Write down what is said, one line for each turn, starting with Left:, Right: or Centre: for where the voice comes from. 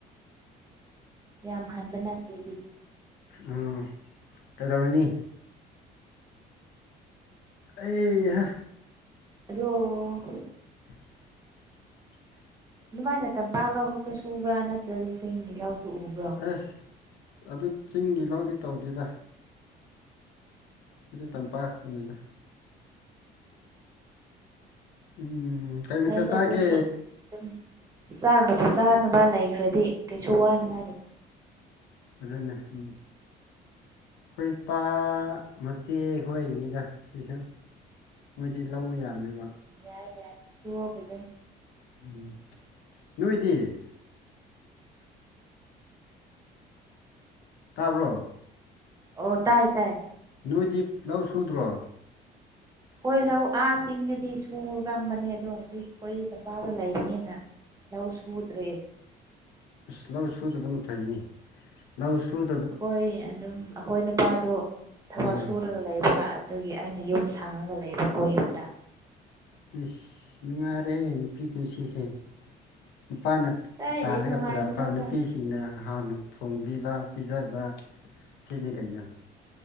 Right: ꯌꯥꯝ ꯍꯟꯕ ꯅꯠꯇ꯭ꯔꯦ ꯑꯗꯨꯗꯤ
Left: ꯎꯝ ꯀꯩꯗꯧꯔꯨꯅꯤ ꯑꯩꯑꯥ
Right: ꯑꯗꯣ
Left: <inaudible>
Right: ꯑꯗꯨꯃꯥꯏꯅ ꯇꯝꯄꯥꯛ ꯂꯧ ꯈꯛꯇ ꯁꯨꯕ꯭ꯔꯥ ꯅꯠꯇ꯭ꯔꯒ ꯆꯤꯡꯒꯤ ꯂꯧꯁꯨ ꯎꯕ꯭ꯔꯣ
Left: ꯑꯁ ꯑꯗꯨ ꯆꯤꯡꯒꯤ ꯂꯧꯗꯤ ꯇꯧꯗꯦꯗ ꯑꯗꯨꯗꯤ ꯇꯝꯄꯥꯛꯈꯛꯇꯅꯤꯗ ꯎꯝ ꯀꯩ ꯃꯊꯦꯜ
Right: ꯍꯣꯏꯗ
Left: ꯆꯥꯒꯦ
Right: ꯇꯧꯁꯥꯅꯨ ꯑꯗꯨꯝ ꯆꯥꯛꯅꯕꯨ ꯆꯥꯅꯕ ꯂꯩꯈ꯭ꯔꯗꯤ ꯀꯩꯁꯨ ꯋꯥꯅꯤꯡꯉꯥꯏ ꯂꯩꯇꯦ
Left: ꯑꯗꯨꯅꯦ ꯎꯝ ꯑꯩꯈꯣꯏ ꯏꯄꯥ ꯃꯆꯦꯈꯣꯏꯒꯤꯅꯤꯗꯥ ꯁꯤꯁꯨ ꯃꯣꯏꯗꯤ ꯂꯧ ꯌꯥꯝꯃꯦꯕꯥ
Right: ꯌꯥꯏ ꯌꯥꯏ ꯁꯣ ꯐꯖꯥꯅ
Left: ꯎꯝ ꯅꯣꯏꯗꯤ ꯇꯥꯕ꯭ꯔꯣ
Right: ꯑꯣ ꯇꯥꯏ ꯇꯥꯏ
Left: ꯅꯣꯏꯗꯤ ꯂꯧ ꯁꯨꯗ꯭ꯔꯣ
Right: ꯍꯣꯏ ꯂꯧ ꯑꯥ ꯆꯤꯡꯗꯥꯗꯤ ꯁꯨꯔꯝꯕꯥꯅꯦ ꯑꯗꯣ ꯍꯧꯖꯤꯛ ꯑꯩꯈꯣꯏ ꯇꯝꯄꯥꯛꯗꯥ ꯂꯩꯕꯅꯤꯅꯥ ꯂꯧ ꯁꯨꯗ꯭ꯔꯦ
Left: ꯑꯁ ꯂꯧ ꯁꯨꯗꯥꯕꯅ ꯐꯩꯅꯦ ꯂꯧ ꯁꯨ
Right: ꯑꯩꯈꯣꯏ ꯑꯗꯨꯝ ꯑꯩꯈꯣꯏ ꯅꯨꯄꯥꯗꯣ ꯊꯥꯕꯛ
Left: ꯑꯥ
Right: ꯁꯨꯔꯒꯥ ꯂꯩꯕꯥ ꯑꯗꯨꯒꯤ ꯑꯩꯅꯥ ꯌꯨꯝ ꯁꯪꯉꯥꯒ ꯂꯩꯕꯥꯀꯣ ꯌꯨꯝꯗꯥ
Left: ꯑꯤꯁ ꯅꯨꯡꯉꯥꯏꯔꯦꯍꯦ ꯅꯨꯄꯤ ꯄꯨꯟꯁꯤꯁꯦ ꯅꯨꯄꯥꯅ
Right: ꯀꯥꯏꯗꯩ
Left: ꯇꯥꯜꯂꯥꯒ
Right: ꯅꯨꯡꯉꯥꯏꯕꯅꯣꯗ
Left: ꯄꯨꯔꯛꯄꯥ ꯅꯨꯄꯤ ꯁꯤꯡꯅꯥ ꯍꯥꯎꯅ ꯊꯣꯡꯕꯤꯕꯥ ꯄꯤꯖꯥꯕ ꯑꯁꯤꯅꯤ ꯀꯩꯅꯣ